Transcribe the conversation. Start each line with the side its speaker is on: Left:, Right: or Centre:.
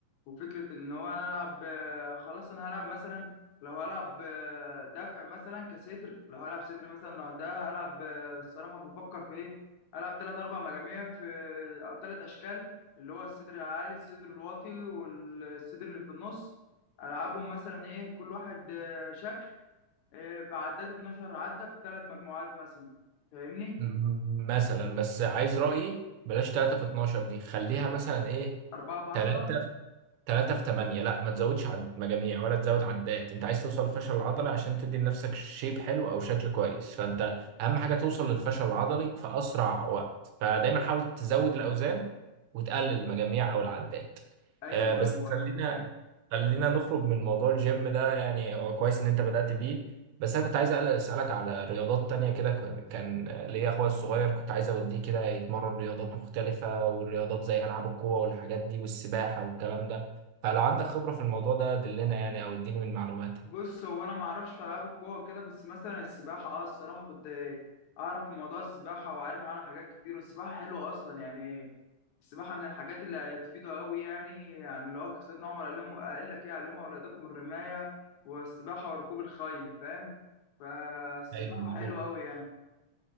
Left: وفكرة إن هو أنا ألعب آه، خلاص أنا هلعب مثلا لو هلعب آه، دفع مثلا كصدر لو هلعب صدر مثلا لو ده هلعب آه، الصراحة بفكر في إيه هلعب تلات أربع مجاميع في أو تلات أشكال اللي هو الصدر العالي الصدر الواطي والصدر اللي في النص ألعبهم مثلا إيه كل واحد آه، شكل آه، بعداد 12 عدة في تلات مجموعات مثلا فاهمني؟
Right: م- مثلا بس عايز رايي بلاش 3 في 12 دي خليها مثلا ايه
Left: أربعة في 10
Right: 3 3 في 8 لا ما تزودش عد... مجاميع ولا تزود عدات انت عايز توصل للفشل العضلي عشان تدي لنفسك شيب حلو او شكل كويس فانت اهم حاجه توصل للفشل العضلي في اسرع وقت فدايما حاول تزود الاوزان وتقلل المجاميع او العدات
Left: ايوه
Right: آه بس
Left: ايوه
Right: خلينا
Left: ايوه فهمت
Right: خلينا نخرج من موضوع الجيم ده يعني هو كويس ان انت بدأت بيه بس انا كنت عايز أقل- اسالك على رياضات تانية كده كان كان آه، ليا اخويا الصغير كنت عايز اوديه كده يتمرن رياضات مختلفة والرياضات زي العاب القوة والحاجات دي والسباحة والكلام ده فلو عندك خبرة في الموضوع ده دلنا يعني او اديني من معلوماتك
Left: بص هو انا ما اعرفش في العاب القوه كده بس مثلا السباحه اه الصراحه كنت اعرف في موضوع السباحه وعارف عنها حاجات كتير والسباحه حلوه اصلا يعني السباحه من الحاجات اللي هتفيده قوي يعني يعني لو سيدنا عمر علمه قال لك ايه علموا اولادكم الرمايه والسباحه وركوب الخيل فاهم فالسباحه
Right: ايوه مظبوط
Left: حلوه قوي يعني